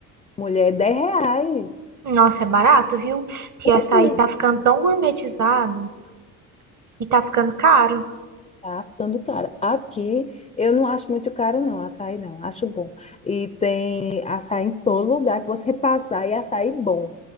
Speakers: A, on the left; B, on the right.
A: mulher, é 10 reais.
B: Nossa, é barato, viu? Porque
A: Com
B: açaí
A: tudo.
B: tá ficando tão gourmetizado e tá ficando caro.
A: Tá ficando caro. Aqui eu não acho muito caro, não, açaí não, acho bom. E tem açaí em todo lugar que você passar, e açaí bom.